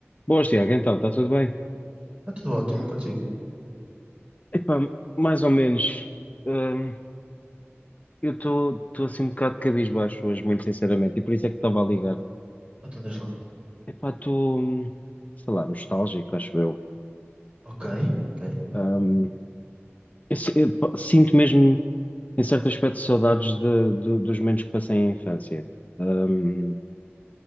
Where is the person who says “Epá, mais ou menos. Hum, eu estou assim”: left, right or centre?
Left